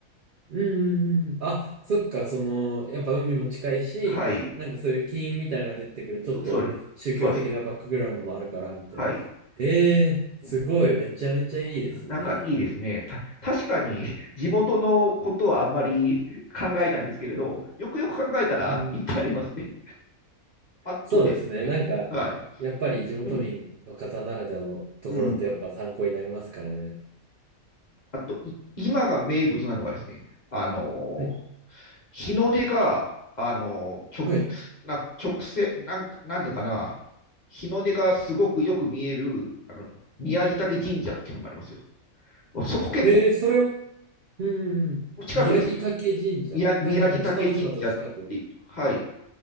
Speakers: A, on the right; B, on the left.
A: うんうんうん。あ、そっか、その、やっぱ海も近いし、
B: はい。
A: なんかそういう金みたいなのが出てくる、ちょっと宗教的なバックグラウンドもあるから、
B: そ、そうです。そうです。
A: みたいな。
B: はい。
A: ええすごい、
B: うん。
A: めちゃめちゃいいですね。
B: なんかいいですね。た、確かに地元のことはあんまり <laughs> 考えないんですけれど、よくよく考えたらいっぱいありますね。
A: うん。
B: あとですね。
A: そうですね、なんか、
B: はい。
A: やっぱり地元民の方ならではのところってやっぱ参考になりますからね。
B: うん。うん。あと、い、今が名物なのがですね、あの
A: はい。
B: 日の出が、あの、直、
A: はい。
B: なんか直線、なん、なんでかな、日の出がすごくよく見える、あの、宮地嶽神社っていうのもありますよ。そこ結構
A: へえ、それ、うんうん。
B: 近くです。
A: 宮城竹神社。
B: 宮、
A: はいはいはい。
B: 宮地嶽神社って、
A: 鹿の島と近く。
B: はい。